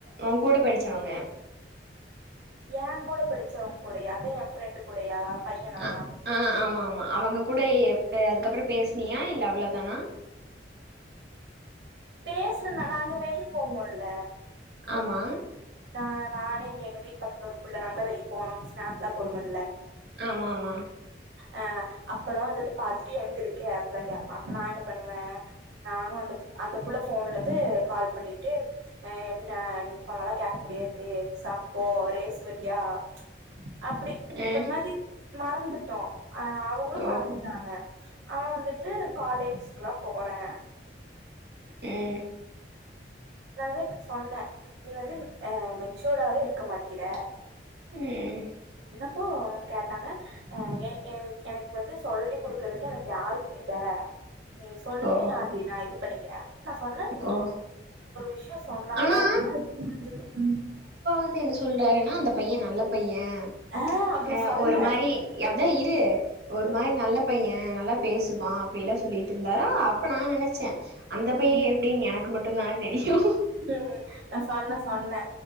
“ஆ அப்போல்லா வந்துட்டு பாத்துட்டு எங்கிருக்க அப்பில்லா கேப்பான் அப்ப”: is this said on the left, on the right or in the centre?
Right